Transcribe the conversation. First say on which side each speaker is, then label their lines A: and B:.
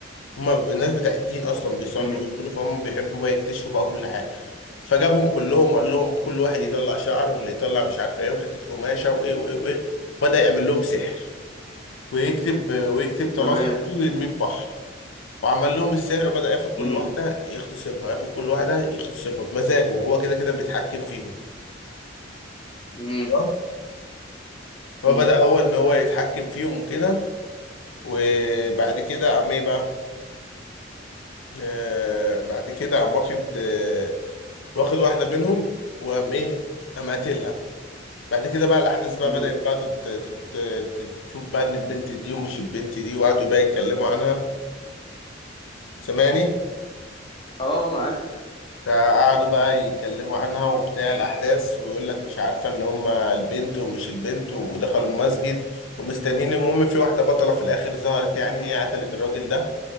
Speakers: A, on the left; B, on the left.
A: هم الناس بتاع الدين اصلا بيصلوا
B: مم.
A: ويعملوا فهم بيحبوا بقى يكتشفوا بقى كل حاجه فجابهم كلهم وقال لهم كل واحد
B: مم.
A: يطلع شعر واللي يطلع مش عارف ايه وحته قماشه وايه وايه وايه بدأ يعمل لهم سحر ويكتب ويكتب طلاسم
B: تمام
A: فيه ويرميه في بحر وعمل لهم السحر وبدأ ياخد كل
B: مم.
A: واحدة يغتصبها ياخد كل واحدة يغتصبها بمزاجه هو كده كده بيتحكم فيهم
B: مم.
A: تمام فبدأ
B: مم.
A: هو إن هو يتحكم فيهم وكده وبعد كده قام إيه بقى آه بعد كده قام واخد آه واخد واحدة منهم وقام إيه قام قاتلها بعد كده بقى الأحداث بقى
B: مم.
A: بدأت بقى تت- تت- تت- تشوف بقى إن البنت دي ومش البنت دي وقعدوا بقى يتكلموا عنها سامعني؟
B: اه معاك
A: فقعدوا بقى يتكلموا عنها وبتاع الأحداث ويقول لك مش عارفة إن هما البنت ومش البنت ودخلوا المسجد ومستنيين المهم في واحدة بطلة في الآخر ظهرت يعني هي قتلت الراجل ده